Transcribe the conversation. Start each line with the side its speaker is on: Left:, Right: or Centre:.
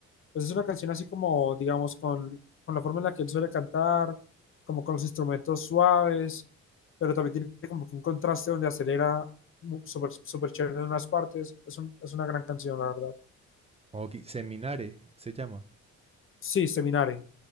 Left: Pues es una canción así como, digamos, con, con la forma en la que él suele cantar, como con los instrumentos suaves, pero también tiene como que un contraste donde acelera mu- súper súper chévere en unas partes. Es, un- es una gran canción, la verdad.
Right: Ok, Seminare se llama.
Left: Sí, Seminare.